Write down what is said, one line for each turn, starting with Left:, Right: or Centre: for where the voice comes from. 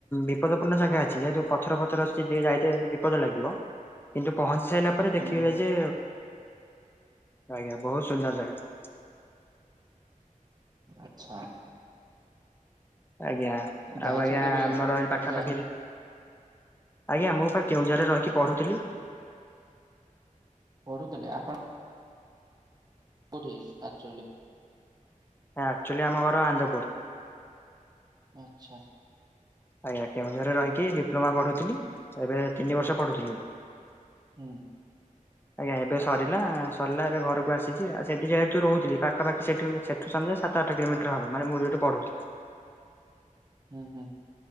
Left: ବିପଦପୂର୍ଣ୍ଣ ଜାଗା ଅଛି ଯେହେତୁ ପ ଥର ଫଥର ଅ ଟିକେ ଯାଇତେ ବିପଦ ଲାଗିବ କିନ୍ତୁ ପହଞ୍ଚି ସାରିଲା ପରେ
Right: ହୁଁ।
Left: ଦେଖିବେ ଯେ ଆଜ୍ଞା ବହୁତ ସୁନ୍ଦର ଜାଗା।
Right: ଆଛା।
Left: ଆଜ୍ଞା
Right: ଯାଇଛନ୍ତି
Left: ଆଉ ଆଜ୍ଞା
Right: ଏବେ
Left: ଆମର ଏ ପାଖାପାଖିରେ
Right: ଏବେ ଯାଏ
Left: ଆଜ୍ଞା ମୁଁ ପା କେଉଁଝର ରେ ରହିକି ପଢ଼ୁଥିଲି।
Right: ପଢ଼ୁଥିଲେ ଆପଣ। କୋଉଁଠି ଆକଚେଲି?
Left: ଆକୁଚେଲି ଆମ ଘର ଆନନ୍ଦପୁର।
Right: ଆଛା।
Left: ଆଜ୍ଞା କେଉଁଝରରେ ରହିକି ଡିପ୍ଲୋମା ପଢୁଥିଲି ଏବେ ତିନି ବର୍ଷ ପଢ଼ୁଥିଲି।
Right: ହୁଁ।
Left: ଆଜ୍ଞା ଏବେ ସରିଲା ସରିଲା ଏବେ ଘରକୁ ଆସିଛି ଆଉ ସେଠି ଯେହେତୁ ରହୁଥିଲି ପାଖ ପାଖାପାଖି ସେଠୁ ସେଠୁ ସମ ଦାଇ ସାତ ଆଠ କିଲୋମିଟର ହବ ମାନେ ମୁଁ ଯୋଠି ପଢ଼ୁଥିଲି।
Right: ହୁଁ ହୁଁ।